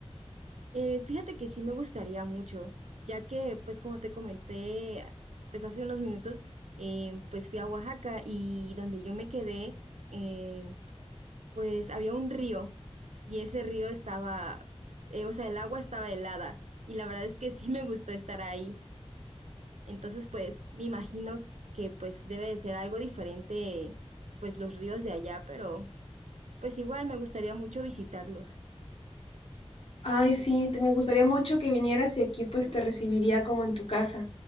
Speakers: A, on the right (about 80°); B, on the left (about 55°).
A: Eh, fíjate que sí me gustaría mucho, ya que pues como te comenté pues hace unos minutos, eh, pues fui a Oaxaca y donde yo me quedé, eh, pues había un río y ese río estaba, eh, o sea, el agua estaba helada y la verdad es que sí me gustó estar ahí. Entonces, pues me imagino que pues debe de ser algo diferente, pues los ríos de allá, pero pues igual me gustaría mucho visitarlos.
B: Ay, sí, te, me gustaría mucho que vinieras y aquí pues te recibiría como en tu casa.